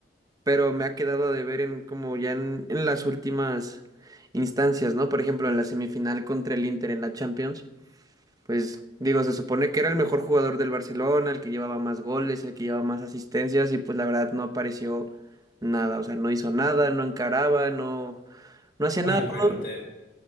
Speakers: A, on the right; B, on the left.
A: pero me ha quedado de ver en como ya en, en las últimas instancias, ¿no? Por ejemplo, en la semifinal contra el Inter en la Champions, pues digo, se supone que era el mejor jugador del Barcelona, el que llevaba más goles, el que llevaba más asistencias y pues la verdad no apareció nada, o sea, no hizo nada, no encaraba, no no hacía
B: Oye,
A: nada.
B: pero
A: todo-
B: te,